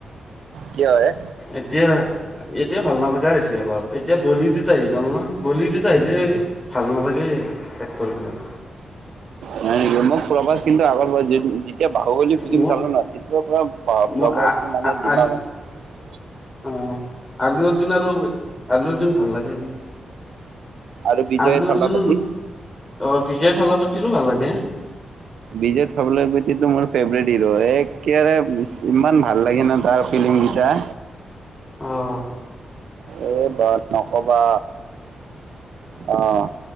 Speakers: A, on the right; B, on the left.
A: কিয় হে
B: এতিয়া এতিয়া ভাল নালা হৈছে অলপ এতিয়া বলিডত আহি গল ন বলিডত আহিলে ভাল নালাগে এক্টৰ বিলাক
A: ন নেকি মোক প্ৰভাস কিন্তু আগৰ পৰা এতিয়া বাহুবল ফিল্ম
B: মোৰ
A: চালো ন
B: মোৰ
A: প্ৰভাসটো
B: আ
A: মানে
B: আ
A: ডমাগত
B: আলু
A: <unintelligible>
B: অ আলু অৰ জোন আৰু আলু জুন জোন ভাল লাগে
A: আৰু বিজয়
B: আলু অৰ্জুনো
A: থল পতি
B: অ বিজয় থালাাপাতি ভাল লাগে
A: বিজয় থালাপতিটো মোৰ ফেভৰেট হিৰ' একোৰে ইমান ভাল লাগে ন তাৰ ফিলিমকেইটা
B: আহ
A: এইবাৰ নক'বা অহ